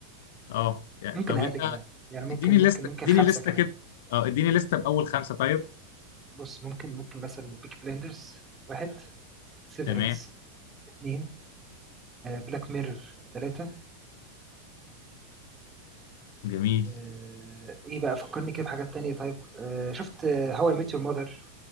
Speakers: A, on the left; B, on the right.
A: اه يعني
B: ممكن
A: طب
B: اقل
A: انت
B: كمان يعني ممكن
A: اديني لستة
B: ممكن ممكن
A: اديني
B: خمسه
A: لستة
B: كمان
A: كده اه اديني لستة بأول خمسة طيب
B: بص ممكن ممكن مثلا بيك بلندرز واحد سيفرنس
A: تمام
B: اثنين بلاك ميرور ثلاثه
A: جميل
B: آه، ايه بقى فكرني كده بحاجات تانية طيب آه، شفت هواي اي ميت يور ماذر